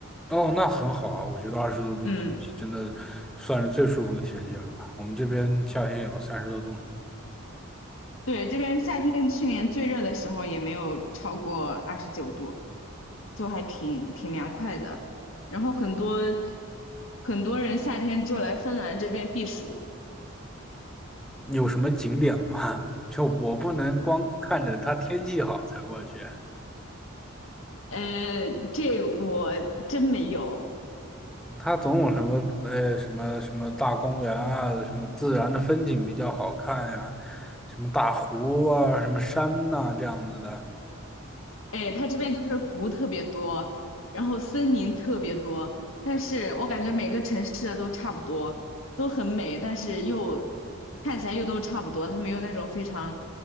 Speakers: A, in the centre; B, on the left (about 65°).
A: 哦，那很好啊，我觉得二十多度天气真的算是最舒服的天气了吧。
B: 嗯。
A: 我们这边夏天也有三十多度呢，
B: 对，这边夏天去年最热的时候也没有超过二十九度，就还挺挺凉快的。然后很多很多人夏天就来芬兰这边避暑，
A: 有什么景点吗？<laughs> 就我不能光看着它天气好才过去，
B: 呃，这我真没有。
A: 它总有什么呃什么什么大公园啊，什么自然的风景比较好看呀、什么大湖啊，什么山呐、这样子的。
B: 哎，它这边就是湖特别多，然后森林特别多，但是我感觉每个城市的都差不多，都很美，但是又看起来又都差不多，它没有那种非常，